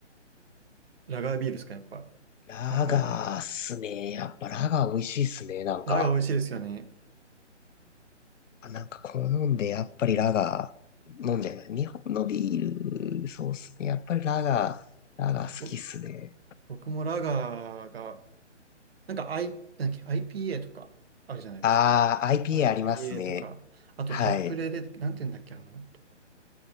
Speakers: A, on the right; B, on the left.
A: ラガービールですかやっぱ。
B: ラガーっすね。
A: ラガーがの。
B: やっぱラガー美味しいっすね。なんか、
A: ラガー美味しいですよね。
B: あなんか好んで、やっぱりラガー飲んじゃいます。日本のビール、そうっすね。やっぱりラガー、ラガー好きっすね。
A: ぼ僕もラガーが、なんか、I、なんだっけ、IPA とかあるじゃないですか。
B: あー、IPA
A: IPA
B: ありますね。
A: とか、あとタップレで、
B: はい。
A: なんて言うんだっけ、あの、えっと